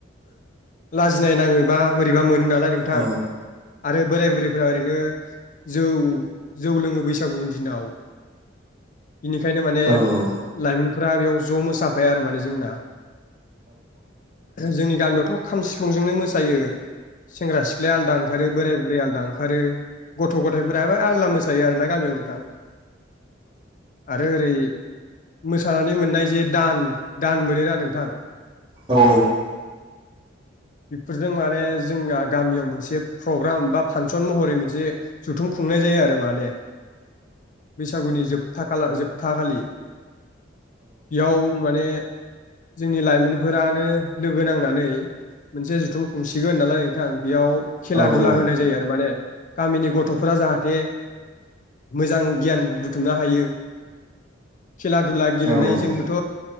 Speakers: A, on the left (about 45°); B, on the right (about 25°).
A: लाजिनाय नाङोबा बोरैबा मोनो नालाय नोंथां
B: औ
A: आरो बोराय बुरै फोरा ओरैनो जौ जौ लोङो बैसागुनि दिनाव। बिनिखायनो माने
B: औ औ
A: लाइमोनफोरा बेयाव ज' मोसाफाया आरो माने जोंना। जोंनि गामियावथ' खाम सिफुंजोंनो मोसायो सेंग्रा सि ख्लाया आलदा ओंखारो बोराय बुरैया आलदा ओंखारो। गथ' गथायफोराबो आलदा मोसायो आरो ना गामियाव नोंथां। आरो ओरै मोसानानै मोननाय जे दान दान मोनो ना नोंथां।
B: औ।
A: बेफोरजों माने जोंना गामियाव मोन से प्रग्राम बा फांसन महरै मोनसे जुथुम खुंनाय जायो आरो माने बैसागुनि जोबथा खालार जोबथा खालि। बेयाव माने जोंनि लाइमोनफोरानो लोगो नांनानै मोनसे जुथुम खुंसिगोन नालाय नोंथां। बेयाव खेला
B: औ
A: धुला होनाय जायो आरो माने गामिनि गथ'फोरा जाहाथे मोजां गियान बुथुमनो हायो। खेला धुला गेलेनायजोंबोथ'
B: औ औ